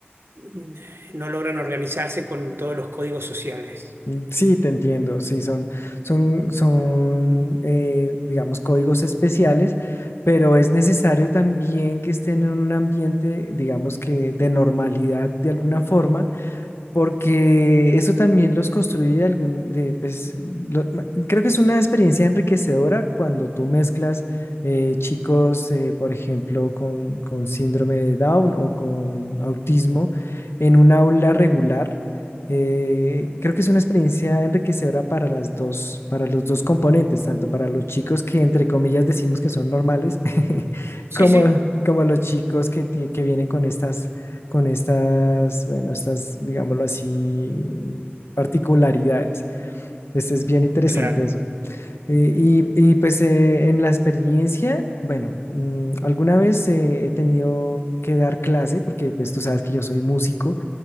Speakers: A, on the right; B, on the left.
A: mm, no logran organizarse con todos los códigos sociales.
B: Mm, Sí, te entiendo. Sí, son, son, son, eh, digamos, códigos especiales, pero es necesario también que estén en un ambiente, digamos que de normalidad de alguna forma. porque eso también los construye de algún, de, pues, lo- ma- creo que es una experiencia enriquecedora cuando tú mezclas eh, chicos, eh, por ejemplo, con, con síndrome de Down o con autismo en un aula regular. Eh, creo que es una experiencia enriquecedora para las dos, para los dos componentes, tanto para los chicos que entre comillas decimos que son normales, <laughs>
A: Sí,
B: como,
A: sí,
B: como los chicos que, tie- que vienen con estas con estas, bueno, estas, digámoslo así, particularidades. Pues es bien interesante
A: claro.
B: eso. Eh, Y, y, pues eh, en la experiencia, bueno, mm, alguna vez eh, he tenido que dar clase porque pues tú sabes que yo soy músico